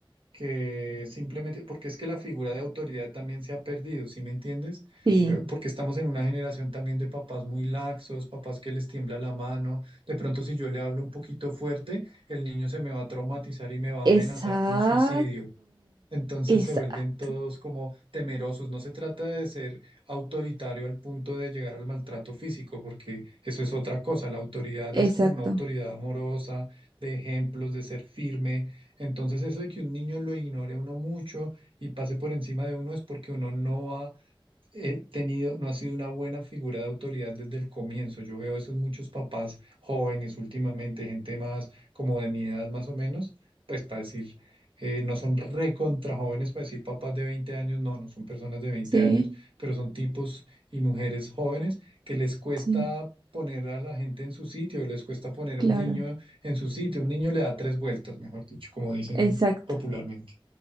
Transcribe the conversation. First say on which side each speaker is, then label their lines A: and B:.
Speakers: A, on the right (about 75°); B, on the right (about 50°).
A: que simplemente, porque es que la figura de autoridad también se ha perdido, ¿sí me entiendes?
B: Sí.
A: Eh, porque estamos en una generación también de papás muy laxos, papás que les tiembla la mano, de pronto si yo le hablo un poquito fuerte, el niño se me va a traumatizar y me va
B: Exacto,
A: a amenazar con suicidio. Entonces
B: exacto,
A: se vuelven todos como temerosos. No se trata de ser autoritario al punto de llegar al maltrato físico, porque eso es otra cosa. La autoridad
B: exacto,
A: es como una autoridad amorosa, de ejemplos, de ser firme. Entonces eso de que un niño lo ignore a uno mucho y pase por encima de uno es porque uno no ha he tenido, no ha sido una buena figura de autoridad desde el comienzo. Yo veo eso en muchos papás jóvenes últimamente, gente más como de mi edad más o menos, pues para decir, eh, no son recontra jóvenes, para decir papás de 20 años, no, no son personas de veinte
B: sí,
A: años, pero son tipos y mujeres jóvenes que les cuesta...
B: sí,
A: poner a la gente en su sitio, les cuesta poner
B: claro,
A: a un niño en su sitio, un niño le da tres vueltas, mejor dicho, como dicen
B: exacto.
A: popularmente.